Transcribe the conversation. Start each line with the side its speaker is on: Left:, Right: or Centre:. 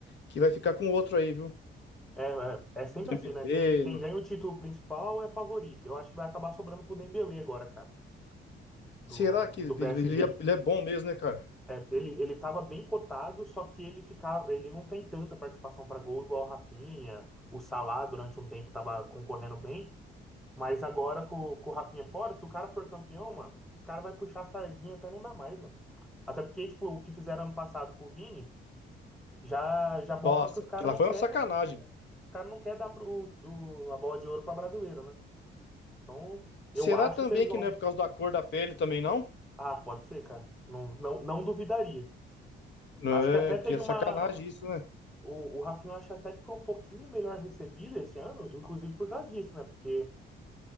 Left: que vai ficar com outro aí, viu?
Centre: É, é, é sempre
Left: Dembélé,
Centre: assim, né? Quem, quem
Left: não-
Centre: ganha o título principal é favorito. Eu acho que vai acabar sobrando pro Dembélé agora, cara. Do,
Left: Será que ele,
Centre: do PSG.
Left: ele é ele é bom mesmo, né, cara?
Centre: É, ele, ele estava bem cotado, só que ele ficava, ele não tem tanta participação para gol igual o Rafinha. O Salah durante um tempo estava concorrendo bem, mas agora com, com o Rafinha fora, se o cara for campeão, mano, os caras vai puxar a sardinha até não dá mais, mano. Até porque, tipo, o que fizeram ano passado com o Vini já, já mostra
Left: Nossa,
Centre: que os caras
Left: que lá
Centre: não
Left: foi
Centre: quer,
Left: uma sacanagem.
Centre: os cara não quer dar pro, o- a bola de ouro para brasileiro, né? Então,
Left: Será
Centre: eu acho
Left: também
Centre: que eles
Left: que
Centre: vão.
Left: não é por causa da cor da pele também, não?
Centre: Ah, pode ser, cara. Não, não, não duvidaria.
Left: Não
Centre: Acho
Left: É,
Centre: que até teve
Left: que é sacanagem
Centre: uma.
Left: isso, né?
Centre: O, o Rafinha eu acho até que foi um pouquinho melhor recebido esse ano, inclusive por causa disso, né? Porque